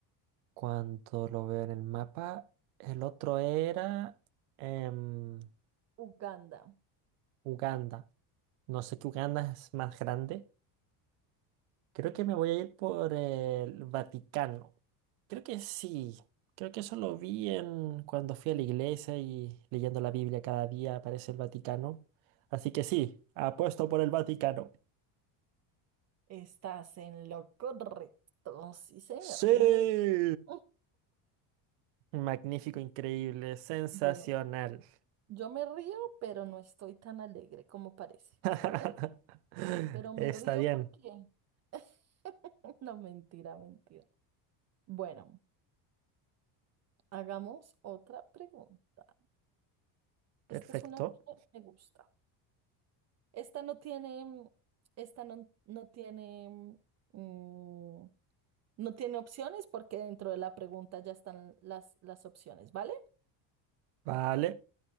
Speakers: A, on the right (about 80°); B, on the right (about 35°).
A: cuando lo veo en el mapa. El otro era em,
B: Uganda.
A: Uganda. No sé que Uganda es más grande, Creo que me voy a ir por el Vaticano. Creo que sí. Creo que eso lo vi en cuando fui a la iglesia y leyendo la Biblia cada día aparece el Vaticano. Así que sí, apuesto por el Vaticano.
B: Estás en lo correcto. Sí, señor.
A: Sí.
B: Muy... Mm.
A: Magnífico, increíble, sensacional.
B: Bueno, yo me río, pero no estoy tan alegre como parece.
A: <laughs>
B: ¿Está bien? Pero me
A: Está
B: río
A: bien,
B: porque... <laughs> No, mentira, mentira. Bueno, hagamos otra pregunta.
A: perfecto.
B: Esta es una que me gusta. Esta no tiene, mm, esta no, no tiene, mm, no tiene opciones porque dentro de la pregunta ya están las, las opciones, ¿vale?
A: Vale.